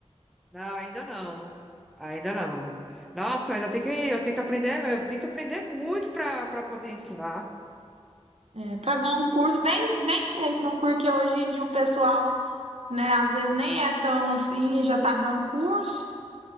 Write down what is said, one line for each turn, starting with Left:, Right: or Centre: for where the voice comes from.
Centre: não, ainda não. Ainda não. Nossa, eu ainda tem que, eu tenho que aprender, eu tenho que aprender muito para para poder ensinar.
Right: É, para dar um curso bem, bem feito, né? Porque hoje em dia o pessoal, né, às vezes nem é tão assim e já tá dando curso.